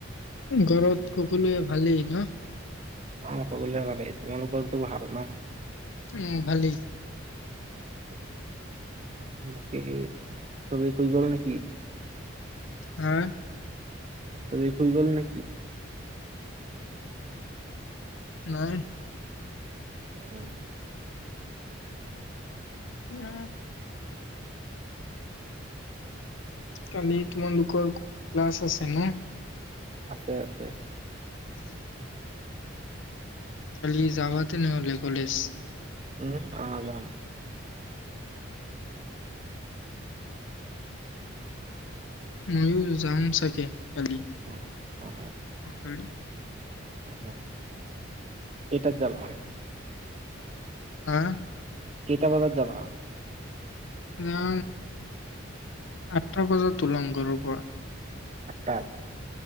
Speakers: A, on the left; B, on the right.
A: ঘৰত সকলোৱে ভালেই ন
B: অ সকলোৰে ভালে তোমালোকৰতো ভাল ন
A: উম ভালেই
B: বাকী ছবি হৈ গ'ল নেকি
A: হা
B: ত এই ফুটবল নেকি
A: নাই
B: উম
A: উম। কালি তোমালোকৰ ক্লাছ আছে ন
B: আছে আছে
A: <inaudible> কালি যাবা তেনেহলে কলেজ।
B: উম অ যাম।
A: ময়ো যাম চাগে খালি
B: অ অ
A: অ খালি।
B: অ এটাত যাবা।
A: আহ
B: কেইটা বজাত যাবা
A: না আঠটা বজাত ওলাম ঘৰৰ পৰা
B: আঠটাত